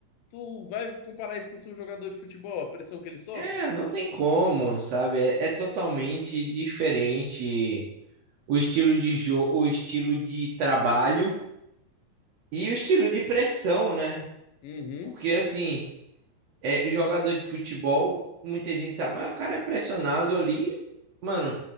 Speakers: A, on the left (about 80°); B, on the right (about 65°).
A: tu vai comparar isso com o seu jogador de futebol, a pressão que ele sofre?
B: É, não tem como, sabe? É, é totalmente diferente o estilo de jogo, o estilo de trabalho e o estilo de pressão, né?
A: Uhum.
B: Porque assim, é, jogador de futebol, muita gente sabe, mas o cara é pressionado ali, mano,